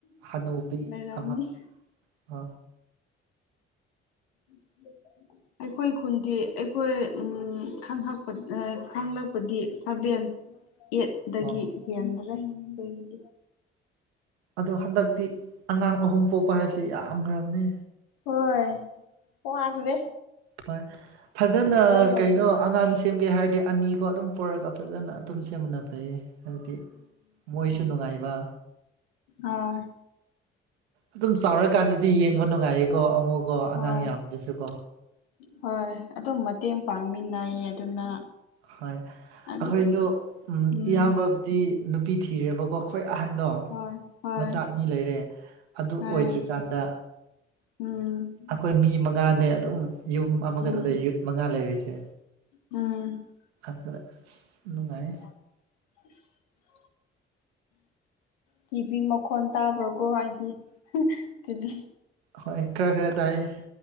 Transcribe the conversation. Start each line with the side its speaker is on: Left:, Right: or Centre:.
Right: ꯍꯅꯨꯕꯤ
Left: ꯂꯩꯔꯝꯅꯤ
Right: ꯑꯃ ꯑ
Left: <inaudible> ꯑꯩꯈꯣꯏ ꯈꯨꯟꯗꯤ ꯑꯩꯈꯣꯏ ꯎ ꯈꯛꯄ ꯈꯪꯂꯛꯄꯗꯤ ꯁꯚꯦꯟ ꯌꯦꯠꯒꯤ
Right: ꯑꯣ
Left: ꯍꯦꯟꯗ꯭ꯔꯦ ꯑꯩꯈꯣꯏꯒꯤꯗꯤ
Right: ꯑꯗꯣ ꯍꯟꯗꯛꯇꯤ ꯑꯉꯥꯡ ꯑꯍꯨꯝ ꯄꯣꯛꯄ ꯍꯥꯏꯕꯁꯤ ꯌꯥꯝꯈ꯭ꯔꯕꯅꯤ
Left: ꯍꯣꯏ ꯀꯣ ꯑꯁꯕ
Right: ꯍꯣꯏ ꯐꯖꯅ
Left: ꯍꯥꯏꯗꯤ
Right: ꯀꯩꯅꯣ ꯑꯉꯥꯡꯁꯤ ꯁꯦꯝꯒꯦ ꯍꯥꯏꯔꯗꯤ ꯑꯅꯤꯒꯣ ꯑꯗꯨꯝ ꯄꯨꯔꯒ ꯐꯖꯅ ꯑꯗꯨꯝ ꯁꯦꯝꯃꯨꯟꯅ ꯐꯩꯌꯦ ꯍꯥꯏꯕꯗꯤ ꯃꯣꯏꯁꯨ ꯅꯨꯡꯉꯥꯏꯕ
Left: ꯑꯣ
Right: ꯑꯗꯨꯝ ꯆꯥꯎꯔꯀꯥꯟꯗꯗꯤ ꯌꯦꯡꯕ ꯅꯨꯡꯉꯥꯏꯌꯦꯀꯣ ꯑꯃꯨꯛꯀꯣ ꯑꯉꯥꯡ
Left: ꯍꯣꯏ
Right: ꯌꯥꯝꯅꯁꯨꯀꯣ
Left: ꯍꯣꯏ ꯑꯗꯨꯝ ꯃꯇꯦꯡ ꯄꯥꯡꯃꯤꯟꯅꯩꯌꯦ ꯑꯗꯨꯅ
Right: ꯍꯣꯏ
Left: ꯑꯗꯨ
Right: ꯑꯩꯈꯣꯏꯁꯨ
Left: ꯎꯝ
Right: ꯏꯌꯥꯝꯕꯕꯨꯗꯤ ꯅꯨꯄꯤ ꯊꯤꯔꯦꯕꯀꯣ ꯑꯩꯈꯣꯏ ꯑꯍꯟꯗꯣ
Left: ꯍꯣꯏ ꯍꯣꯏ
Right: ꯃꯆꯥ ꯑꯅꯤ ꯂꯩꯔꯦ ꯑꯗꯨ
Left: ꯍꯣꯏ
Right: ꯑꯣꯏꯗ꯭ꯔꯤꯀꯥꯟꯗ
Left: ꯎꯝ
Right: ꯑꯩꯈꯣꯏ ꯃꯤ ꯃꯉꯥꯅꯦ ꯑꯗꯨꯝ ꯌꯨꯝ ꯑꯃꯒꯗꯨꯗ
Left: ꯎꯝ
Right: ꯌꯨꯠ ꯃꯉꯥ ꯂꯩꯔꯤꯁꯦ
Left: ꯎꯝ
Right: ꯑ ꯅꯨꯡꯉꯥꯏ
Left: <inaudible> ꯇꯤꯚꯤ ꯃꯈꯣꯟ ꯇꯥꯕ꯭ꯔꯣꯀꯣ ꯑꯩꯗꯤ ꯇꯤꯚꯤ
Right: ꯍꯣꯏ ꯈꯔ ꯈꯔ ꯇꯥꯏꯌꯦ